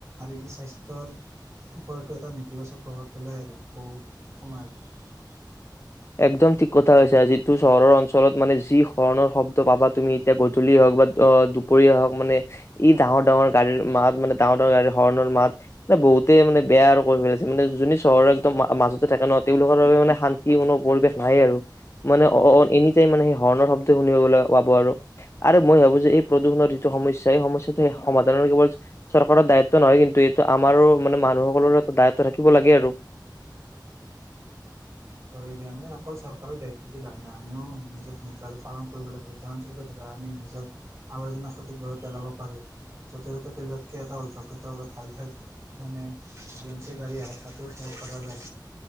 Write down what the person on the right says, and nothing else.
আৰু ই স্বাস্থ্যৰ ওপৰতো এটা নেতিবাচক প্ৰভাৱ পেলাই আৰু বহু সময়ত।
হয় মান অকল চৰকাৰক দায়িত্ব দিলে লাভ নাই। আমিও নিজৰ ভূমিকা পালন কৰিবলৈ উদাহৰণস্বৰূপে ধৰা আমি নিজৰ আৱৰ্জনা সঠিকভাৱে পেলাব পাৰো যতেত পতকে এটা অভ্যাসত ভাল ঠাইত মানে ড এম চিৰ গাড়ী আহে তাতেও থব পৰা যায়